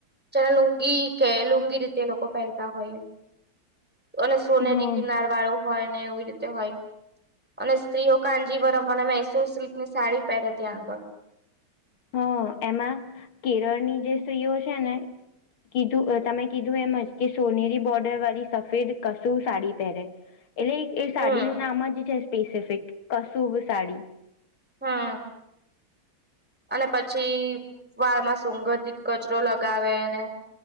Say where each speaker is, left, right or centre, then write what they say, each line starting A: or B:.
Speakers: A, in the centre; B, on the left.
A: જેને લુંગી કે લુંગી રીતે એ લોકો પહેરતા હોઈએ. અને સોનેરી
B: હમ
A: કિનાર વાળો હોય ને એવી રીતે હોય, અને સ્ત્રીઓ કાનજીવરમ અને મૈસૂર સિલ્ક ની સાડી પેહેરે ત્યાં આગળ.
B: હમ્મ. એમાં કેરળની જે સ્ત્રીઓ છે ને કીધું અહ તમે કીધું એમજ કે સોનેરી બોર્ડર વાળી સફેદ કસુર સાડી પહેરે. એટલે એ
A: હમ
B: સાડીનું નામ જ છે સ્પેસિફિક, કસુબ સાડી.
A: હા. અને પછી વાળમાં સુંગંધિત ગજરો લગાવેને